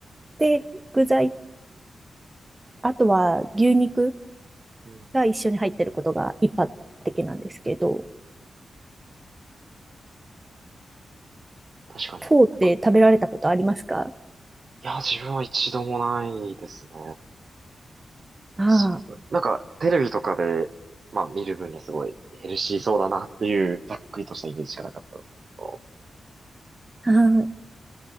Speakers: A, on the right; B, on the right.
A: で、具材、あとは牛肉
B: うん
A: が一緒に入ってることが一般的なんですけど、
B: 確かになんか、
A: フォーって食べられたことありますか
B: えいや、自分は一度もないですね。
A: あ
B: そう、なんか、テレビとかで、まあ見る分にはすごいヘルシーそうだなっていう、ざっくりとしたイメージしかなかったんですけど、
A: あ、はい。